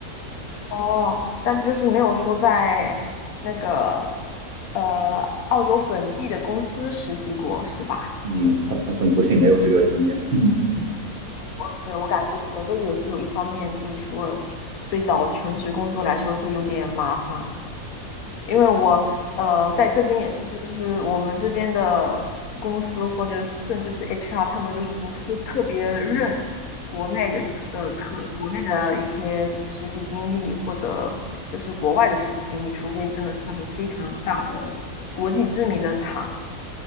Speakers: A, on the left (about 75°); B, on the right (about 45°).
A: 哦，但是就是没有说在那个呃澳洲本地的公司实习过，是吧？
B: 嗯，很很很不幸没有这个经验，<laughs>
A: 我对我感觉可能这也是有一方面，就是说对找全职工作来说会有点麻烦。
B: 是的。
A: 因为我呃在这边也是，就是我们这边的公司或者甚至是 HR，他们就是不是特别认国内就是特呃特国内的一些实习经历或者就是国外的实习经历，除非真的是那种非常大的国际知名的厂。